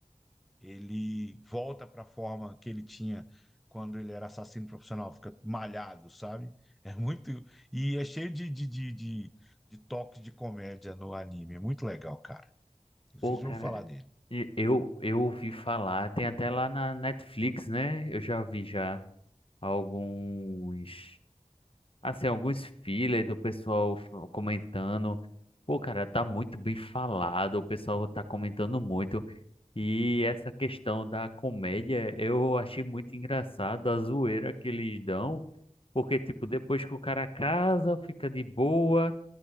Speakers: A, in the centre; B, on the left.
A: ele volta para a forma que ele tinha quando ele era assassino profissional, fica malhado, sabe? É muito. E é cheio de, de, de, de, de toques de comédia no anime. É muito legal, cara. Vocês
B: Pô, cara,
A: vão falar dele.
B: e- eu, eu ouvi falar, tem até lá na Netflix, né? Eu já vi já alguns, assim, alguns fillers do pessoal f- comentando. Pô, cara, tá muito bem falado, o pessoal tá comentando muito. E essa questão da comédia, eu achei muito engraçado a zoeira que eles dão, porque, tipo, depois que o cara casa, fica de boa,